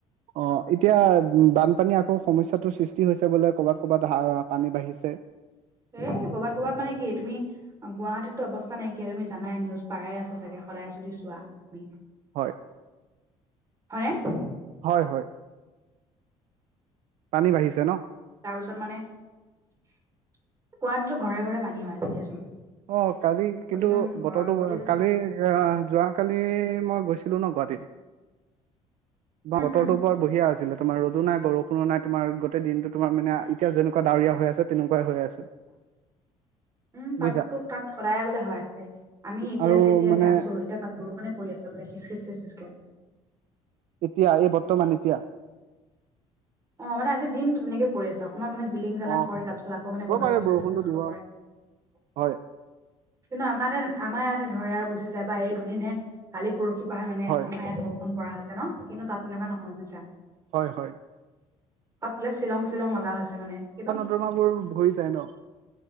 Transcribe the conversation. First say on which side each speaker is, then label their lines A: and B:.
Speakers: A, on the right; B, on the right.
A: অ', এতিয়া উম বানপানী আকৌ সমস্যাটোৰ সৃষ্টি হৈছে বোলে ক'ৰবাত, ক'ৰবাত হা পানী বাঢ়িছে।
B: এ ক'বাত, ক'বাত মানে কি, তুমি অ' গুৱাহাটীতটো অৱস্থা নাইকিয়া, তুমি জানাই নিউজ পায়ে আছা চাগে, সদায় যদি চোৱা, তুমি।
A: হয়।
B: হয়নে?
A: হয়, হয়। পানী বাঢ়িছে ন।
B: তাৰ পিছত মানে কোৱাতটোতো ঘৰে, ঘৰে পানী হয়, দিয়াচোন।
A: অ', কালি
B: প্ৰতিজন
A: কিন্তু
B: ঘৰৰ
A: বতৰটো <unintelligible>
B: প্ৰতিজন
A: কালি এ যোৱাকালি মই গৈছিলো ন গুৱাহাটী, বা
B: উম,
A: বতৰটো
B: উম,
A: বৰ বঢ়িয়া আছিলে, তোমাৰ ৰ'দো নাই বৰষুণো নাই তোমাৰ গোটেই দিনটো তোমাৰ মানে এতিয়া যেনেকুৱা ডাৱৰীয়া হৈ আছে, তেনেকুৱাই হৈ আছে।
B: উম, <unintelligible>
A: বুজিছা
B: টো তাত সদায় বোলে হয়, <unintelligible> আমি এতিয়া
A: আৰু
B: যে এতিয়া
A: মানে
B: যে আছো এতিয়া তাত বৰষুণে পৰি আছে বোলে হিচ হিচ, হিচ, হিচ, হিচকে।
A: এতিয়া এই বৰ্তমান এতিয়া।
B: অ মানে আজি দিনটো তেনেকে পৰি আছে, অকণমান মানে জিলিং জালাং
A: অ
B: কৰে তাৰপিছত আকৌ মানে
A: দিব
B: বতৰটো
A: পাৰে
B: হিচ
A: বৰষুণটো
B: হিচ হিচ
A: দিব
B: কে পৰে।
A: হয়।
B: কিন্তু আমাৰ আমাৰ ইয়াতে ধৰে আৰু গুচি যায় বা এই দুদিনহে কালি পৰহি পৰাহে মানে
A: হয়
B: আমাৰ ইয়াত বৰ কৰা হৈছে ন কিন্তু তাত এনেকুৱা নহয় বুইছা।
A: হয় হয়।
B: তাত বোলে শ্বিলং শ্বিলং লগা হৈছে মানে, কিন্তু
A: <unintelligible> ভৰি যায় ন।